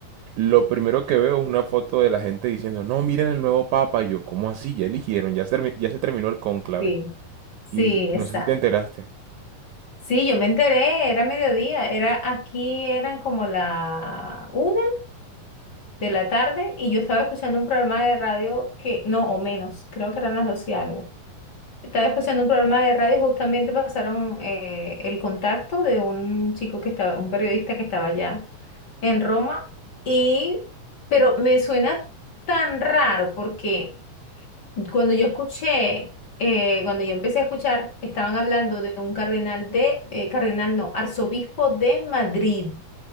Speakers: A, on the right; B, on the left.
A: lo primero que veo es una foto de la gente diciendo, no, miren el nuevo papa. Y yo, ¿cómo así? Ya eligieron, ya se, termi- ya se terminó el cónclave.
B: sí, sí,
A: Y no
B: exacto.
A: sé si te enteraste.
B: Sí, yo me enteré, era mediodía, era aquí, eran como la una de la tarde y yo estaba escuchando un programa de radio que, no, o menos, creo que eran las dos y algo. Estaba escuchando un programa de radio, justamente pasaron eh, el contacto de un chico que estaba, un periodista que estaba allá en Roma y, pero me suena tan raro porque... Cuando yo escuché, eh, cuando yo empecé a escuchar, estaban hablando de un cardenal de, eh, cardenal no, arzobispo de Madrid,